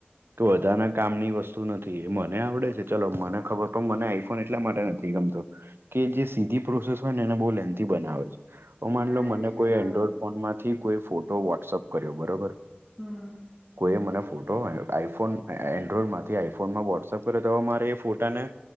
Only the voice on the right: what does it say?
એમ <unintelligible> કામની વસ્તુ નથી એ મને આવડે છે. ચલો મને ખબર પણ મને આઈફોન એટલા માટે નથી ગમતો કારણ કે જે સીધી પ્રોસેસ હોય ને એને બહુ લેન્થી બનાવે છે. હ માનલો
મને કોઈ
એન્ડ્રોઈડ ફોનમાંથી કોઈ ફોટો વોટ્સઅપ કર્યો બરોબર
એ મને ફોટો આઈફોન એન્ડ્રોઈડ માંથી આઈફોન માં વોટ્સઅપ કરે તો મારે ફોટાને